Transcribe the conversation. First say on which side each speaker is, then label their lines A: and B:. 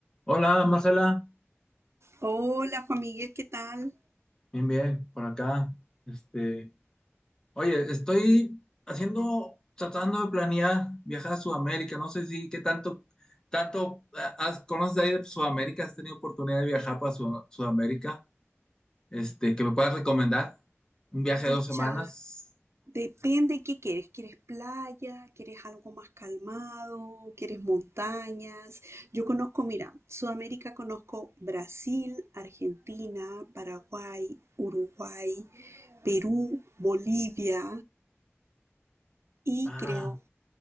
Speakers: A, on the left; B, on the right.
A: Hola Marcela,
B: Hola Juan Miguel, ¿qué tal?
A: bien, bien, por acá. Este, oye, estoy haciendo, tratando de planear viajar a Sudamérica. No sé si qué tanto, tanto ah, has- conoces de ahí de Sudamérica, has tenido oportunidad de viajar para Sud- Sudamérica. Este, que me puedas recomendar un viaje
B: Pucha,
A: de dos semanas.
B: depende qué quieres. ¿Quieres playa? ¿Quieres algo más calmado? ¿Quieres montañas? Yo conozco, mira, Sudamérica conozco Brasil, Argentina, Paraguay, Uruguay, Perú, Bolivia y
A: Ah,
B: creo